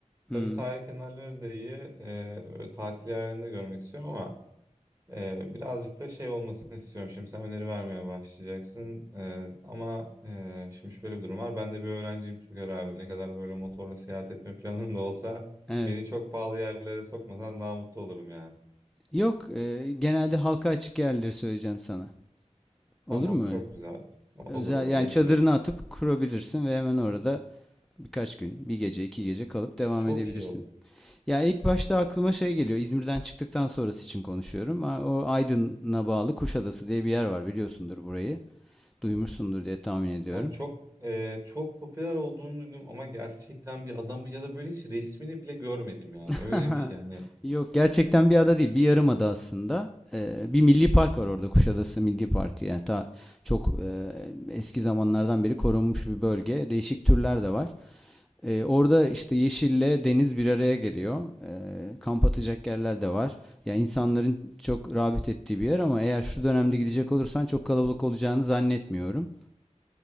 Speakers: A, in the centre; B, on the right.
A: Hmm,
B: Tabii sahil kenarları da iyi. E, böyle tatil yerlerini de görmek istiyorum ama ee, birazcık da şey olmasını istiyorum. Şimdi sen öneri vermeye başlayacaksın. Ee, ama e, şimdi şöyle bir durum var. Ben de bir öğrenciyim Türker abi. Ne kadar böyle motorla seyahat etme planım da olsa
A: evet.
B: beni çok pahalı yerlere sokmasan daha mutlu olurum yani.
A: Yok, e, genelde halka açık yerleri söyleyeceğim sana. Olur
B: Tamam,
A: mu
B: çok
A: öyle?
B: güzel.
A: Özel
B: Olur olur
A: yani
B: bekliyorum.
A: çadırını atıp kurabilirsin ve hemen orada birkaç gün, bir gece, iki gece kalıp devam
B: Çok
A: edebilirsin.
B: iyi olur.
A: Ya ilk başta aklıma şey geliyor. İzmir'den çıktıktan sonrası için konuşuyorum. A- O Aydın'a
B: Hı hı.
A: bağlı Kuşadası diye bir yer var biliyorsundur burayı. Duymuşsundur diye tahmin ediyorum.
B: Ya çok e, çok popüler olduğunu duydum ama gerçekten bir adam ya da böyle hiç resmini bile görmedim yani.
A: <laughs>
B: Öyle bir şey hani.
A: Yok gerçekten bir ada değil bir yarım ada aslında. Ee, bir milli park var orada Kuşadası Milli Parkı yani ta çok e, eski zamanlardan beri korunmuş bir bölge. Değişik türler de var. Ee, orada işte yeşille deniz bir araya geliyor. Ee, kamp atacak yerler de var. Ya insanların çok rağbet ettiği bir yer ama eğer şu dönemde gidecek olursan çok kalabalık olacağını zannetmiyorum.